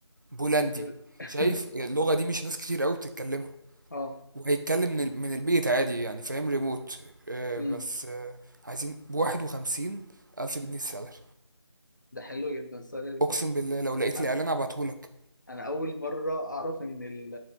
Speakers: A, on the right; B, on the left.
A: بولندي
B: <laughs>
A: شايف اللغه دي مش ناس كتير قوي بتتكلمها
B: اه
A: وهيتكلم من ال- من البيت عادي يعني فاهم ريموت آه
B: امم
A: بس آه عايزين بواحد وخمسين الف جنيه السالري
B: ده حلو جدا السالري تحفه
A: اقسم بالله لو لقيت
B: انا
A: الاعلان هبعتهولك
B: أنا اول مره اعرف ان ال